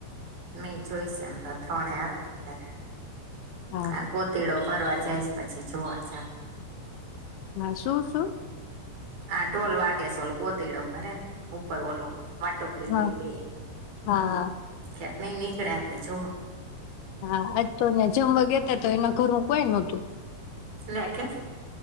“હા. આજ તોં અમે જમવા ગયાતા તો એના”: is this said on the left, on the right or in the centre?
Left